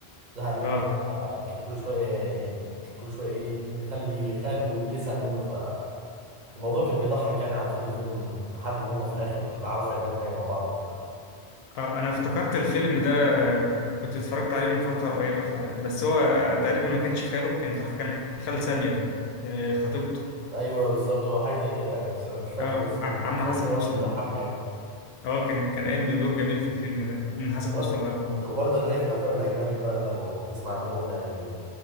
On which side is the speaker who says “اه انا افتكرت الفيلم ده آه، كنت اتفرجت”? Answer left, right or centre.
Left